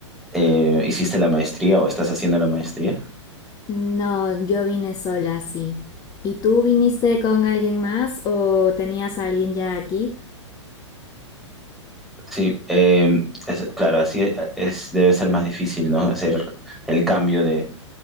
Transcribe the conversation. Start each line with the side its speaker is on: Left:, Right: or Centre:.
Centre: eh, hiciste la maestría o estás haciendo la maestría.
Left: No, yo vine sola, sí. ¿Y tú viniste con alguien más o tenías a alguien ya aquí?
Centre: Sí, eh, es- claro, así es, es- debe ser más difícil, ¿no? Hacer el cambio de,